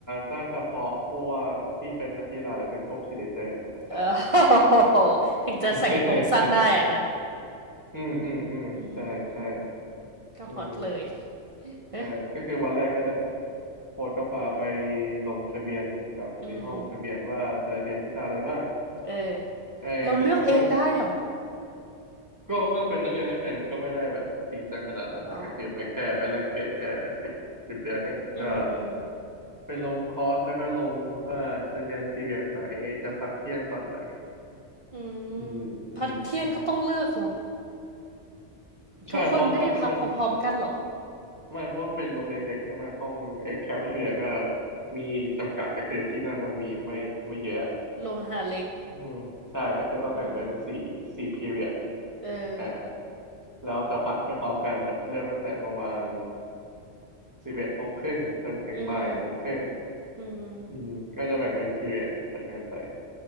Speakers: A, on the right; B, on the right.
A: ถ้าเฉพาะพวกที่เป็นนักกีฬาหรือเป็นพวกชีลีเดอร์จะใส่ได้
B: เออ <laughs> ถึงจะใส่กระโปรงสั้นได้อ่ะนะ
A: <laughs> อืมอืมอืมใช่ใช่
B: อืมก็ฮอตเลย
A: อืม
B: เอ๊ะ
A: ใช่ก็คือวันแรกก็จะโค้ชก็พาไปลงทะเบียนกับที่ห้องทะเบียนว่าจะเรียนวิชาอะไรบ้าง
B: อืมเออ
A: เออเขาก็
B: เราเลือกเองได้เหรอ
A: ก็ก็เป็นนักเรียนแลกเปลี่ยนมันก็ไม่ได้แบบจริงจังขนาดนั้นนะก็คือไปแค่ไปแลกเปลี่ยนแค่สิบสิบเดือนเองก็
B: อ๋ออืมอืม
A: ไปลงคอร์สแล้วก็ลงว่าจะเรียนพีเรียดไหนจะพักเที่ยงตอนไหน
B: อืมพักเที่ยงก็ต้องเลือกเหรอ
A: อืมอืมอืม ใช่เพราะพักที่มัน
B: ทุกคนไม่ได้พักพร้อมๆกันเหรอ
A: ไม่เพราะมันเป็นโรงเรียนเล็กใช่ไหมห้องเอ็กแคฟเทียก็มีจำกัดก็คือที่นั่งมันมีไม่ไม่เยอะ
B: โรงอาหารเล็ก
A: อืมใช่ก็คือต้องแบ่งเป็นสี่สี่พีเรีด
B: อืม เออ
A: อ่าแล้วจะพักไม่พร้อมกันเริ่มตั้งแต่ประมาณสิบเอ็ดโมงครึ่งจนถึงบ่ายโมงครึ่ง
B: อืมอืม
A: อืมก็จะแบ่งเป็นพี r ร o d ดแบบนั้นไป